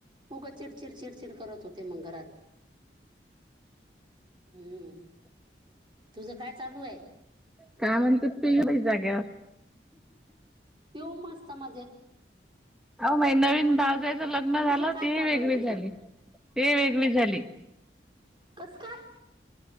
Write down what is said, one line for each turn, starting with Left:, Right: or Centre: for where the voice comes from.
Right: हो का चिडचिड चिडचिड करत होते मंग घरात. हम्म तुझ काय चालू आहे.
Centre: का म्हण त ते होै जागे.
Right: तेव मस्त माज्याेत‌.
Centre: अ मा नवीन भावजईच लग्न झालं
Right: तुझं काय
Centre: तीही
Right: चालू
Centre: वेगळी
Right: आहे म्हटलं
Centre: झाली ती वेगळी झाली.
Right: कस काय.